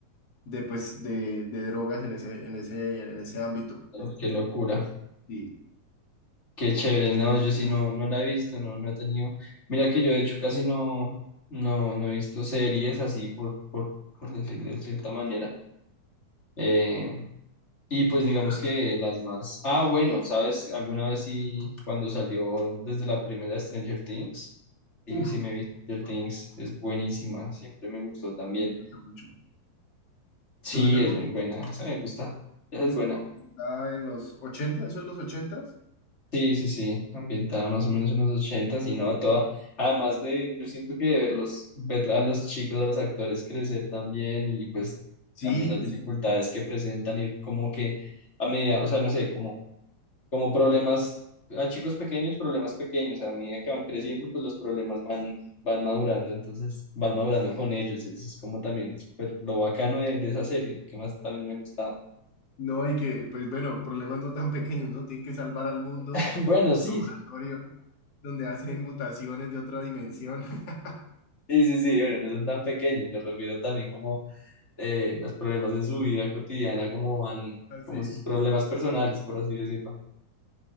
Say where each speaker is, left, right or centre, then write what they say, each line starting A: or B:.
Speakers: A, on the left; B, on the left.
A: de, pues, de, de drogas en ese, en ese, en ese ámbito.
B: Pero Qué locura,
A: Sí.
B: qué chévere, no, yo sí no, no la he visto, no, no he tenido, mira que yo de hecho casi no, no, no he visto series así por, por, por decirlo de cierta manera, Eh, y pues
A: Y novelas,
B: digamos que las más, ah, bueno, sabes, alguna vez sí, cuando salió desde la primera Stranger Things, sí,
A: uf,
B: sí me vi Stranger
A: se va,
B: Things, es buenísima, siempre me gustó también,
A: me gusta mucho.
B: sí,
A: Me gusta
B: es
A: porque
B: muy buena, esa me gusta, esa
A: es
B: es buena,
A: una ambientada en los ochenta ¿eso es los 80?
B: Sí, sí, sí, ambientada más o menos en los ochentas y no toda. Además de, yo siento que verlos, ver a los chicos, a los actores crecer también y pues
A: Sí,
B: también las dificultades que presentan y como que a medida, o sea, no sé, como, como problemas, a chicos pequeños, problemas pequeños, a medida que van creciendo, pues los problemas van, van madurando, entonces van madurando con ellos, eso es como también súper lo bacano de, de esa serie, lo que más también me ha gustado.
A: No, y que, pues bueno, problemas no tan pequeños, ¿no? Tienen que salvar al mundo,
B: <laughs> Bueno,
A: un
B: sí,
A: laboratorio donde hacen mutaciones de otra dimensión. <laughs>
B: sí, sí, sí, bueno, no son tan pequeños, me refiero también como eh, los problemas en su vida cotidiana, como van,
A: Así.
B: como sus
A: <laughs>
B: problemas personales, por así decirlo.